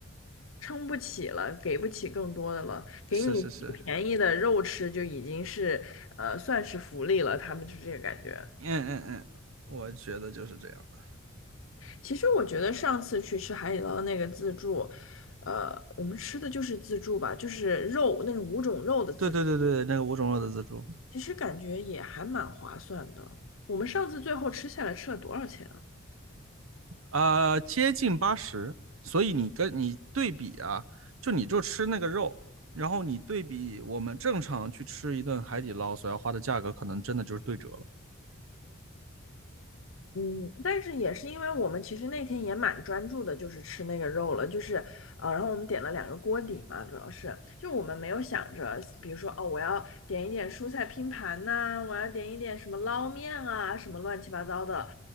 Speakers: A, on the left; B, on the right.
A: 撑不起了，给不起更多的了，给你最便宜的肉吃就已经是，
B: 是是是，
A: 呃，算是福利了。他们就是这个感觉。
B: 嗯嗯嗯，我觉得就是这样的。
A: 其实我觉得上次去吃海底捞那个自助，呃，我们吃的就是自助吧，就是肉那种五种肉的自助，
B: 对对对对对，那个五种肉的自助。
A: 其实感觉也还蛮划算的。我们上次最后吃下来吃了多少钱啊？
B: 呃，接近八十，所以你跟你对比啊，就你就吃那个肉，然后你对比我们正常去吃一顿海底捞所要花的价格，可能真的就是对折了。
A: 嗯，但是也是因为我们其实那天也蛮专注的，就是吃那个肉了，就是呃，然后我们点了两个锅底嘛，主要是就我们没有想着，比如说哦，我要点一点蔬菜拼盘呐、我要点一点什么捞面啊，什么乱七八糟的，